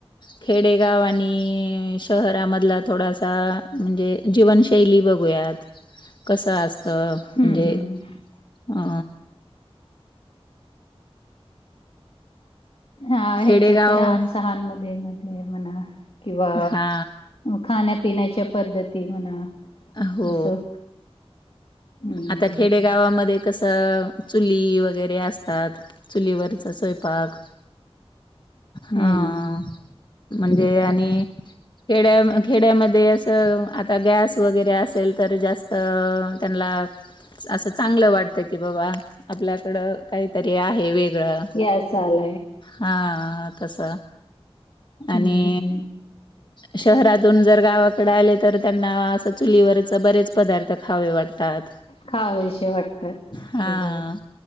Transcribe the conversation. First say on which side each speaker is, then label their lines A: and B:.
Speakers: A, on the left (about 45°); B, on the left (about 65°).
A: खेडेगाव आणि शहरामधला थोडासा म्हणजे जीवनशैली बघूयात कस अस तर
B: हम्म
A: म्हणजे
B: हम्म
A: अ
B: हा
A: खेडेगाव
B: ह्याच्यात तर लहान सहान मध्ये मध्ये म्हणा किंवा
A: हा
B: खाण्यापिण्याच्या पद्धती म्हणा
A: हो
B: असं हम्म
A: आता खेडेगावामध्ये कस चुली वगैरे असात चुलीवर चसयपक
B: हम्म
A: हा म्हणजे आणि खेड्या खेड्यामध्ये अस आता गॅस वगैरे असेल तर जास्त त्यांना अस चांगलं वाटत की बाबा आपल्याकड का काहीतरी आहे वेगळं
B: सल
A: हा तस आणि
B: हम्म
A: शहरातून जर गावाकडे आले तर त्यांना अस चुलीवरच बरेच पदार्थ खावे वाटतात.
B: खावेसे वाटतात
A: हा
B: बरोबर